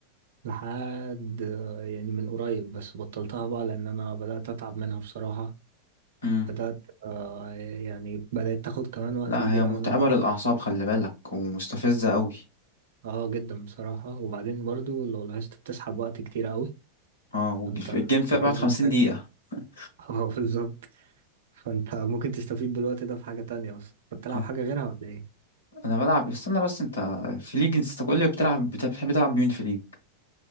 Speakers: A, on the right (about 60°); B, on the left (about 70°).
A: لحد آه، يعني من قريب بس بطلتها بقى لان انا بدأت اتعب منها بصراحة
B: امم
A: بدأت آه يعني بدأت تاخد كمان وقت
B: لا
A: كبير
B: هي متعبه
A: اوي من وقتي
B: للاعصاب خلي بالك ومستفزه قوي
A: اه جدا بصراحة وبعدين برضو لو لاحظت بتسحب وقت كتير اوي
B: اه والج-
A: فانت
B: الجيم فيها
A: بتعمل
B: بيقعد 50
A: حاجة
B: دقيقه <laughs>
A: <laughs> اه بالظبط فانت ممكن تستفيد بالوقت ده في حاجة تانية بس انت بتلعب
B: اه
A: حاجة غيرها ولا ايه
B: انا بلعب استنى بس انت في ليج انت كل اللي بتلعب بت- بتحب تلعب بمين في ليج